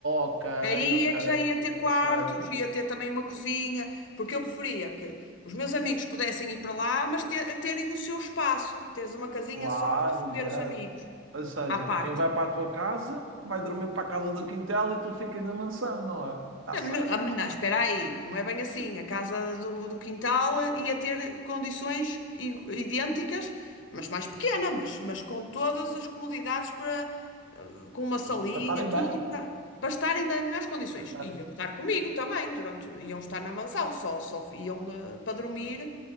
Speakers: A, on the right; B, on the left.
A: ok,
B: Aí
A: ok.
B: é que já ia ter quartos,
A: Ou seja, <laughs>
B: ia ter também uma cozinha, porque eu preferia que os meus amigos pudessem ir para lá, mas ter- terem o seu espaço, teres uma casinha
A: claro,
B: só para receber
A: exato.
B: os amigos
A: Ou seja,
B: à parte.
A: quem vai para a tua casa vai dormir para a casa do quintal e tu ficas na mansão, não é? Está
B: Não,
A: certo,
B: mas não, ah, mas
A: está
B: não, espera aí, não é bem assim. A casa do, do quintal ia ter condições i- idênticas, mas mais pequena, mas, mas com todas as comodidades para, ah, com uma salinha,
A: certo. Para estarem
B: tudo
A: bem.
B: para, para estarem nas melhores condições.
A: Para estarem...
B: E Iam estar comigo também, durante, iam estar na mansão, só, só iam na- para dormir.